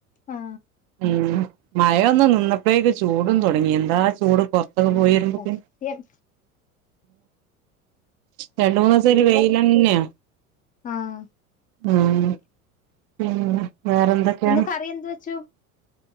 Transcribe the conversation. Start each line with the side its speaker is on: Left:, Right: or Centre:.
Left: ആ
Right: ഉം മഴൊന്ന് നിന്നപ്പോഴേക്ക് ചൂടും തുടങ്ങി എന്താ ചൂട് പുറത്തൊക്കെ
Left: ആ
Right: പോയിരുന്നക്ക
Left: സത്യം
Right: രണ്ട മൂന്ന് ദിവസ ഒരു വെയില തന്നെയ
Left: ആഹ്
Right: ഉം പിന്നെ വേറെ എന്തൊക്കെയാണ്?
Left: ഇന്ന് കറി എന്ത് വെച്ചു